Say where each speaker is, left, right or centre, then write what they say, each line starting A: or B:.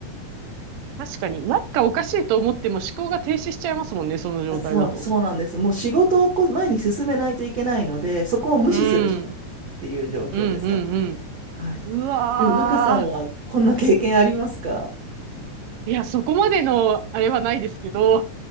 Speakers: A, on the right; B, on the right.
A: 確かに、なんかおかしいと思っても思考が停止しちゃいますもんね、その状態だと。
B: あそう、そうなんです。もう仕事をこう前に進めないといけないので、そこを無視するしかないっていう状況ですかね。
A: うん。うん、うん、
B: はい。
A: うん。うわー。
B: でも、マカさんはこんな経験ありますか
A: いや、そこまでの、あれはないですけど、